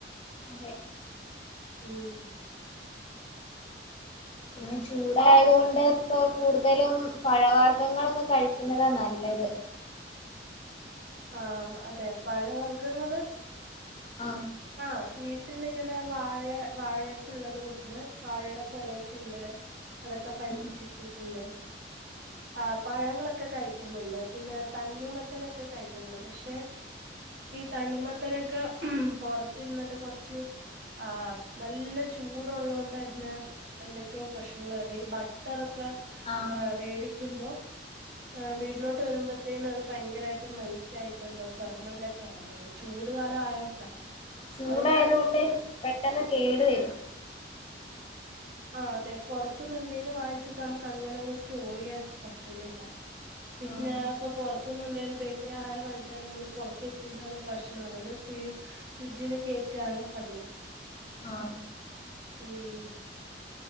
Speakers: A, on the left; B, on the right.
A: അതെ
B: ഉം
A: പിന്നെ ചൂടായത് കൊണ്ട് ഇപ്പൊ കൂടുതലും പഴവർഗ്ഗങ്ങളൊക്കെ കഴിക്കുന്നതാ നല്ലത്
B: ആ അതെ പഴവർഗങ്ങള്
A: ആ
B: ആ വീട്ടിലിങ്ങനെ വാഴ വാഴയൊക്കെ ഒള്ളത് കൊണ്ട് വാഴയുടെ കൊലയൊക്കെ ഒണ്ട് അതൊക്കെ പഴിപ്പിച്ച്
A: ഉം
B: വെച്ചിട്ടുണ്ട് ആ പഴങ്ങളൊക്കെ കഴിക്കുന്നുണ്ട് പിന്നെ തണ്ണിമത്തനൊക്കെ കഴിക്കുന്നുണ്ട് പക്ഷേ തണ്ണിമത്തനൊക്കെ ഉം പൊറത്തിരിന്നിട്ട് കൊറച്ച് ആ നല്ല ചൂട് ഒള്ളകൊണ്ട് തന്നെ എന്തൊക്കെയോ പ്രശ്നങ്ങള് ഈ ബട്ടറൊ ക്കെ
A: ആഹ്
B: മേടിക്കുമ്പോ ആ വീട്ടിലോട്ട് വരുമ്പഴത്തേന് അത് ഭയങ്കരായിട്ട് മെൽറ്റായിട്ട് എന്തോ ഫെർമെന്റ് ഒക്കെ ആവുന്നുണ്ട് ചൂട് കാലം ആയോണ്ടാ
A: ചൂടായതോണ്ട്
B: അതുകൊണ്ട് തന്നെ
A: പെട്ടെന്ന് കേട് വരും
B: ആ അതെ പൊറത്തന്ന് എന്തേലും വായിച്ചിട്ട് നമക്ക് അങ്ങനെ അങ്ങ് സ്റ്റോർ ചെയ്യാൻ പറ്റുന്നില്ലാ പിന്നേ
A: ആഹ്
B: ഇപ്പം പൊറ ത്തന്ന് എന്തേലും ബേക്കറി ആഹാരം വാങ്ങിച്ചാലും നമ്മള് പൊറത്ത് വെച്ചിരുന്നാ അത് പ്രശ്നാ അതൊണ്ട് ഫ്രീ ഫ്രിഡ്ജില് കേറ്റാണ് പതിവ്
A: ആ
B: ഉം